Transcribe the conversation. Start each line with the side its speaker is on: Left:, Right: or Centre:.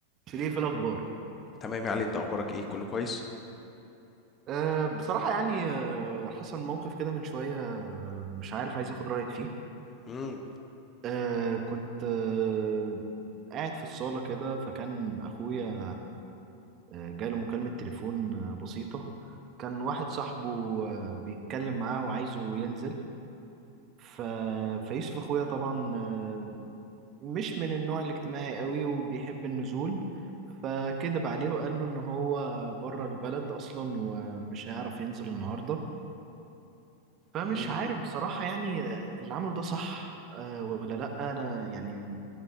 Right: شريف إيه الأخبار
Left: تمام يا علي انت اخبارك ايه كله كويس
Right: أه بصراحة يعني أه حصل موقف كده من شوية آه، مش عارف عايز أخد رأيك فيه
Left: امم
Right: أه كنت أه قاعد في الصالة كده فكان أخويا آه، جاله مكالمة تليفون آه، بسيطة كان واحد صاحبه آه، بيتكلم معاه وعايزه ينزل ف... فيوسف أخويا طبعا آه، مش من النوع الاجتماعي قوي وبيحب النزول فكدب عليه وقال له ان هو بره البلد اصلا ومش هيعرف ينزل النهارده فمش
Left: امم
Right: عارف بصراحة يعني اللي عمله ده صح آه، ولا لأ أنا يعني